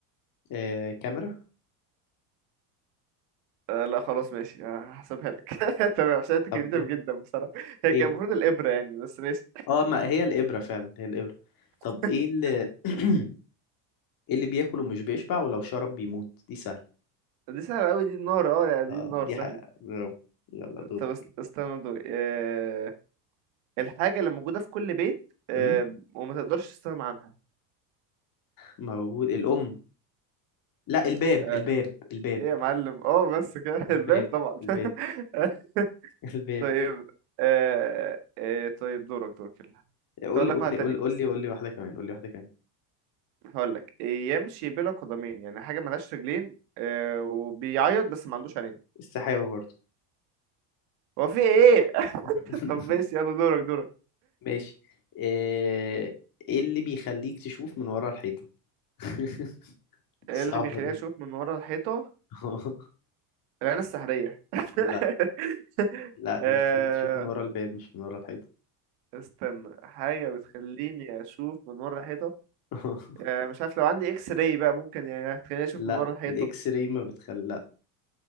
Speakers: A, on the left; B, on the right.
A: آه... كاميرا
B: أه لأ خلاص ماشي أه، هحسبها لك <laughs> تمام عشان انت
A: طب
B: كريتيف
A: ايه
B: جدا بصراحة هي
A: ايه
B: كان المفروض الإبرة يعني بس ماشي
A: اه ما هي الإبرة فعلا هي الإبرة طب
B: <laughs>
A: ايه اللي <clears throat> ايه اللي بياكل ومش بيشبع ولو شرب بيموت دي سهلة
B: دي سهلة أوي دي النار اه يعني
A: اه
B: دي النار
A: دي
B: سهلة
A: حقيقة برافو. يلا دور
B: طب است- استنى دوري أه... الحاجة اللي موجودة في كل بيت آه،
A: م?
B: وما تقدرش تستغنى عنها
A: موجود الأم لا الباب
B: آه،
A: الباب الباب
B: ايه يا معلم اه بس كده <laughs>
A: الباب
B: الباب طبعا
A: الباب
B: <laughs>
A: <laughs> الباب
B: طيب آه، آه، طيب دورك دورك يلا
A: قول
B: هقول
A: لي
B: لك
A: قول
B: واحد
A: لي
B: تاني
A: قول قول
B: بس
A: لي قول لي واحدة كمان قول لي واحدة كمان
B: هقول لك يمشي بلا قدمين يعني حاجة ملهاش رجلين آه، وبيعيط بس ما عندوش عينين
A: السحابة برضو
B: هو في ايه <laughs>
A: <laughs>
B: طب ماشي يلا دورك دورك
A: ماشي آه، ايه اللي بيخليك تشوف من ورا الحيطة <laughs>
B: إيه
A: دي صعبة
B: اللي بيخليني
A: دي
B: اشوف من ورا الحيطة
A: <laughs>
B: العين السحرية <laughs>
A: لا لا دي
B: آه،
A: بتخليك تشوف من ورا الباب مش من ورا الحيطة
B: استنى حاجة بتخليني اشوف من ورا الحيطة
A: <laughs>
B: آه، مش عارف لو عندي اكس راي بقى ممكن يعني هتخليني اشوف
A: لا
B: من ورا الحيطة
A: الاكس راي ما بتخلي لا